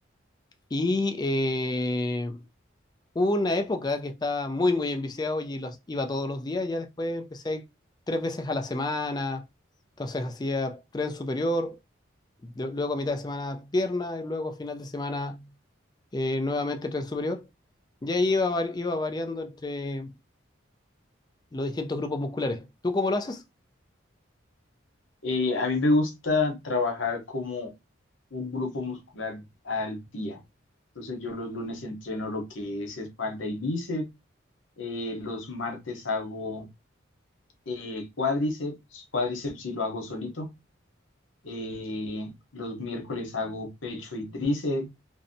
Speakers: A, on the left (about 20°); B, on the left (about 80°).
A: Y eh, Hubo una época que estaba muy, muy enviciado y los iba todos los días. Ya después empecé a ir tres veces a la semana. Entonces hacía tren superior, de- luego a mitad de semana pierna y luego a final de semana eh, nuevamente tren superior. Y ahí iba, var- iba variando entre los distintos grupos musculares. ¿Tú cómo lo haces?
B: Eh, a mí me gusta trabajar como un grupo muscular al día. Entonces yo los lunes entreno lo que es espalda y bíceps, eh, los martes hago Eh, cuádriceps, cuádriceps sí lo hago solito. Eh, los miércoles hago pecho y tríceps.